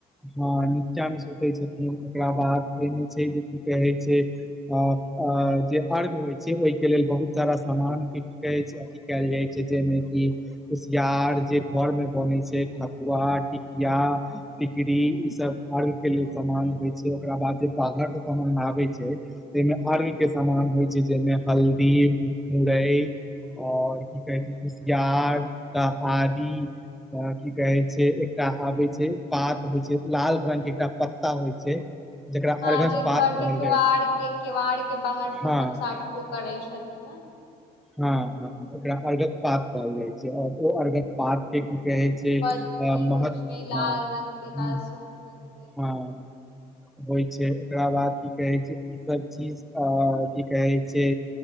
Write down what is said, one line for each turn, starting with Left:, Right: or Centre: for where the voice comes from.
Centre: हाँ नीचा मे सु तैए छथिन, एकरा बाद एमे छै जे की कहे छै अ अ जे अर्घ होय छै, ओय के लेल बहुत सारा सामान के की कहे छै अथी काएल जाय छै, जै मे कि कुशयार जे घोर मे बनै छै ठकुआ, पी या टिकरी ई सब अर्घ के लेल समान होय छै, ओकरा बाद जे बाहर से समान आबै छै। तै मे
Left: हूँ
Centre: अर्घ के समान होय छै, जै मे हल्दी, मुरए और की कहे छै कुशियार, टा आदी त की कहे छै। टा आबै छै, पात होय छै, लाल रंग के एकटा पत्ता होय छै। जकरा
Left: हाँ
Centre: अर्घक
Left: जे घर
Centre: पात
Left: के
Centre: कहल
Left: केवाड़
Centre: जाइ छै
Left: के केवाड़ के बाहर से
Centre: हँ
Left: सब साटबो करै छथिन ना।
Centre: हाँ, हाँ ओकरा अर्घक पात कहल जाय छै और ओ अर्घक पात के की कहै छै
Left: पद्धति
Centre: अ
Left: होइ
Centre: महत
Left: छै लाल
Centre: हाँ ह्म्म
Left: रंग के लाल सूत रंग के
Centre: हाँ। होइ छै। ओकरा बाद की कहै छै ईसभ चीज आ की कहै छै